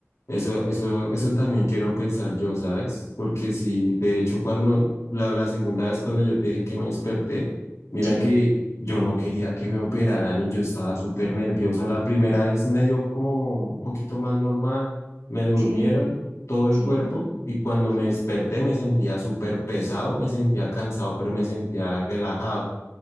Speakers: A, on the left; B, on the right.
A: eso, eso, eso también quiero pensar yo, ¿sabes? Porque si, de hecho, cuando la, la segunda vez cuando yo te dije que me desperté, mira
B: Sí,
A: que yo no quería que me operaran y yo estaba súper nervioso. La primera vez me dio como un poquito más normal, me durmieron
B: sí,
A: todo el
B: sí.
A: cuerpo y cuando
B: ujú,
A: me desperté me sentía súper pesado, me sentía cansado, pero me sentía relajado.